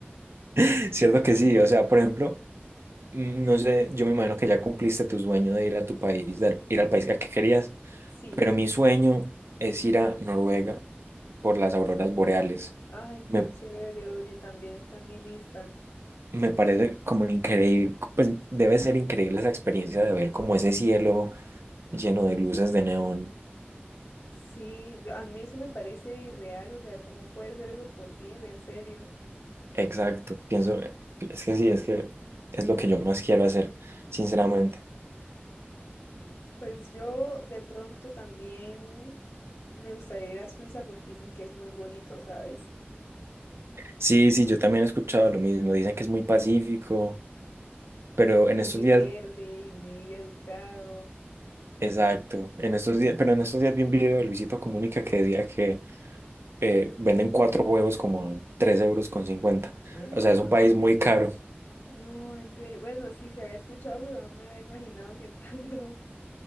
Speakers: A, on the right; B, on the left.
A: <laughs> Cierto que sí, o sea, por ejemplo, mm, no sé, yo me imagino que ya cumpliste tu sueño de ir a tu país, de ir al país al que querías,
B: Sí.
A: pero mi sueño es ir a Noruega por las auroras boreales.
B: Ay,
A: Me,
B: qué chévere, oye, también está en mi lista.
A: me parece como increíble, pues debe ser increíble esa experiencia de ver como ese cielo lleno de luces de neón.
B: Sí, de- a mí eso me parece irreal, o sea, ¿cómo puede ser eso posible, en serio?
A: Exacto, pienso, eh, es que sí, es que es lo que yo más quiero hacer, sinceramente.
B: Pues yo de pronto también me gustaría ir a Suiza porque dicen que es muy bonito, ¿sabes?
A: Sí, sí, yo también he escuchado lo mismo, dicen que es muy pacífico, pero
B: Y como
A: en estos
B: muy
A: días,
B: verde y muy educado.
A: exacto, en estos días, pero en estos días vi un video de Luisito Comunica que decía que eh, venden cuatro huevos como a 3 euros con cincuenta
B: ¡Ah!
A: o sea, es un país muy caro.
B: No, en serio. Bueno, sí, se había escuchado, pero no me había imaginado que <laughs> tanto.